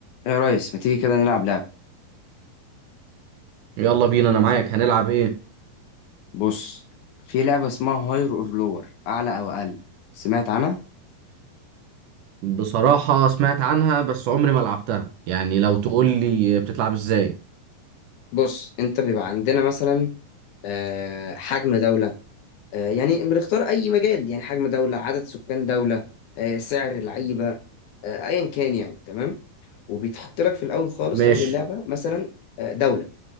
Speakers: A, on the left; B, on the right.
A: يا ريس ما تيجي كده نلعب لعبة
B: يلا بينا انا معاك هنلعب ايه
A: بص في لعبة اسمها هاير اور لور أعلى أو أقل سمعت عنها؟
B: بصراحة سمعت عنها بس عمري ما لعبتها يعني لو تقول لي بتتلعب ازاي
A: بص أنت بيبقى عندنا مثلا آه، حجم دولة آه، يعني بنختار أي مجال يعني حجم دولة عدد سكان دولة آه، سعر لعيبة آه، أيا كان يعني تمام وبيتحط لك في الأول خالص
B: ماشي
A: في أول اللعبة مثلا آه، دولة